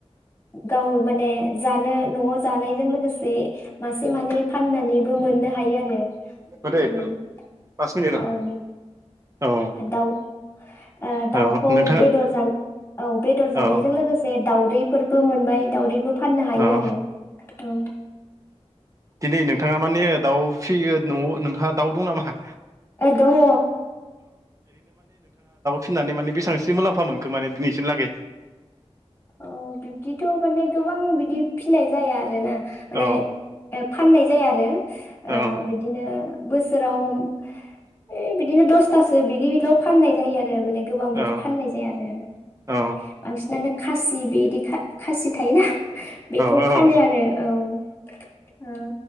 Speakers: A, on the left; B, on the right.
A: गाव माने जानो नआव जानायजों लोगोसे मासे मानै फाननानैबो मोननो हायो आरो
B: औ दे
A: ओरैहाय
B: पास मिनिट
A: अ
B: र'
A: <inaudible>
B: औ
A: दाउ ओ दाउखौ
B: औ नोंथाङा
A: बेदर ओ बेदर जानायजों
B: औ
A: लोगोसे दाउदै बो मोनबाय दाउदैबो फाननो हायो
B: औ
A: आरो औ।
B: दिनै नोंथाङा माने दाउ फिसियो नआव नोंथाङा। दाउ दं नामा?
A: औ दङ।
B: फिननानै माने बेसेबांसो मुलाम्फा मोनखो माने दिनैसिम लागै।
A: ओ बिब्दिथ माने गोबां बिदि फिनाय जाया आरो ना। माने
B: औ
A: फाननाय जाया आरो। ओ
B: औ
A: बिदिनो बोसोर बोसोराव ओइ बिदिनो दसथासो बिदिल फाननाय जायो आरो। आरो माने गोबां बिदि
B: औ
A: फाननाय जाया आरो
B: औ
A: बांसिनानो बेदि इदि खासि थायोना बेखौ
B: औ
A: फानो आरो औ